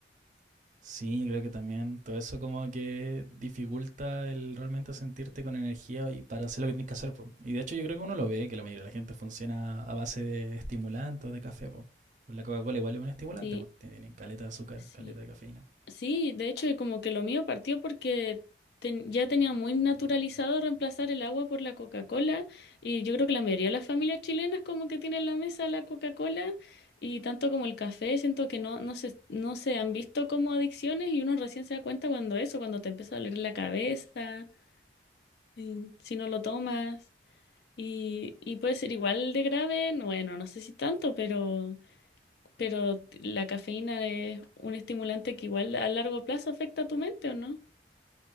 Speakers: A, on the right (about 45°); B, on the left (about 65°).
A: Sí, creo que también todo eso como que dificulta el realmente sentirte con energía y para hacer lo que tienes que hacer, po. Y de hecho yo creo que uno lo ve, que la mayoría de la gente funciona a base de estimulantes o de café, po. La Coca-Cola igual es un estimulante,
B: Sí,
A: pues tienen caleta de azúcar,
B: sí,
A: caleta de cafeína.
B: sí, de hecho como que lo mío partió porque ten- ya tenía muy naturalizado reemplazar el agua por la Coca-Cola y yo creo que la mayoría de las familias chilenas como que tienen en la mesa la Coca-Cola y tanto como el café, siento que no, no se, no se han visto como adicciones y uno recién se da cuenta cuando eso, cuando te empieza a doler la cabeza Mm, Si no lo tomas y, y puede ser igual de grave, no, bueno, no sé si tanto, pero, pero la cafeína es un estimulante que igual a largo plazo afecta a tu mente, ¿o no?